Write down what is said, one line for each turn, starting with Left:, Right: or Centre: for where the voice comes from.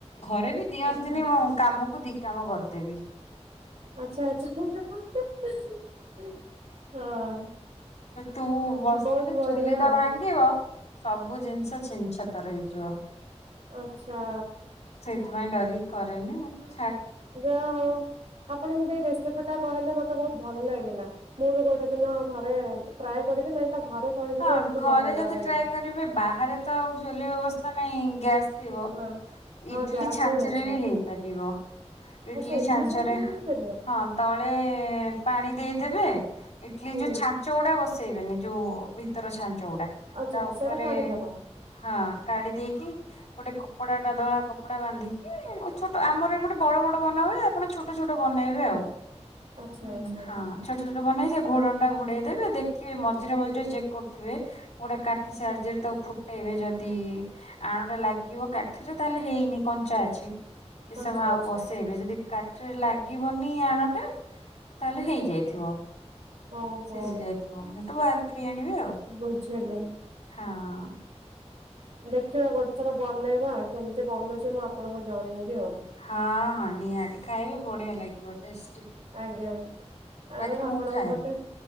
Left: ଘରେ ବି ଦିଅନ୍ତିନି
Right: ଆଚ୍ଛା
Left: ମୁଁ କାମକୁ ଦି କାମ କରେ। ଦେବି
Right: ଆଛା ଆଛା। ହଁ ବହୁତ
Left: ତୁ ବସିଲେ
Right: ବଢିଆ
Left: ଚୁଲି ତ ଭାଙ୍ଗିବ ସବୁ ଜିନିଷ ଛିନଛତର ହେଇଯିବ।
Right: ଆଛା।
Left: ସେଥିପାଇଁ ଡରିିକି କରେନି ମୁଁ କିଛି
Right: ଯା ହଉ ଆପଣ ସେ ଯୋଉ ରେସିପି ଟା କହିଲେ ମତେ ବହୁତ ଭଲ ଲାଗିଲା ମୁଁ ବି ଗୋଟେ ଦିନ ଘରେ ଟ୍ରାଏ କରିବି ନାଇଁ ତ ଘରେ କହିବି
Left: ହଁ
Right: ଯେ ଏମିତି
Left: ଘରେ
Right: ବନେଇବା
Left: ଯଦି
Right: ପାଇଁକା।
Left: ଟ୍ରାଏ କରିବେ ବାହାରେ ତ ଆଉ ଚୁଲି ବ୍ୟବସ୍ଥା ନାହିଁ ଗ୍ୟାସ୍ ଥିବ
Right: ହଁ ହଁ
Left: ଇଟିଲି
Right: ଗ୍ୟାସ୍
Left: ଛାଞ୍ଚ
Right: ହିଁ ଅଛି
Left: ରେ ବି ହେଇପାରିବ। ଇଟଲିି
Right: ଆଚ୍ଛା ଇଟଲି
Left: ଛାଞ୍ଚରେ,
Right: ସାଇଜରେ ବି ହେଇପାରିବ?
Left: ହଁ ତଳେ ପାଣି ଦେଇଦେବେ ଇଟଲି
Right: ହୁଁ
Left: ଯୋଉ ଛାଞ୍ଚ ଗୁଡା ବ ସେଇ ବା ନିଜ ଯୋଉ ଭିତର ଛାନ୍ତି। ଚଉଡା
Right: ଆଚ୍ଛା
Left: ତା ଉପରେ
Right: ସେଟା କାଢିଦବା
Left: ହଁ କାଢି ଦେଇକି ଗୋଟେ କପ୍ କପଡ଼ାଟା ଧଳା କପଡ଼ା ବାନ୍ଧିକି ଛୋଟ ଆମର ଏପଟେ ବଡ ବଡ ବନା ହୁଏ। ଆପଣ ଛୋଟ ଛୋଟ ବନେଇବେ ଆଉ।
Right: ଆଚ୍ଛା
Left: ହଁ
Right: ଆଚ୍ଛା
Left: ଛୋଟ ଛୋଟ ବନେଇ ହେ ଘୋଡ଼ଣୀ ଘୋଡ଼େଇ ଦେବେ ଦେଖିବେ ମଝିରେ
Right: ହୁଁ
Left: ମିଝିରେ ଚେକ କରୁ ଥିବେ ଗୋଟେ କାଠି ସାହାଯ୍ୟରେ ତାକୁ ଫୁଟେଇବେ, ଯଦି ଆଣଟା ଲାଗିବ କାଠିରେ ତାହେଲେ ହେଇନି କଞ୍ଚା ଅଛି। ଏ
Right: ଆଚ୍ଛା
Left: ସମୟ ଆଉ
Right: ଆଚ୍ଛା।
Left: ବସେଇବେ ଯଦି କାଟ ରେ ଲାଗିବନି ଆଣଟା ତାହେଲେ ହେଇଯାଇଥିବ।
Right: ଓହୋ
Left: ସିଝି ଯାଇଥିବ। ତୁ ବାର କରିକି ଆଣିବେ ଆଉ
Right: ବୁଝିଲି।
Left: ହଁ।
Right: ଦେଖିବା ଗୋଟେ ଥର ବନ୍ଦ ବନେଇବା। କେମିତି ବନୁଛି ମୁଁ ଆପଣଙ୍କୁ ଜଣେଇବି? ଆଉ।
Left: ହଁ ହଁ ନିହାତି ଖାଇବ ବଢିଆ ଲାଗେ। You are tasty.
Right: ଆଜ୍ଞା।
Left: ବାକି
Right: ଆଉ ଆପଣଙ୍କ
Left: ମୁଁ ଖାଏନି
Right: ପଟେ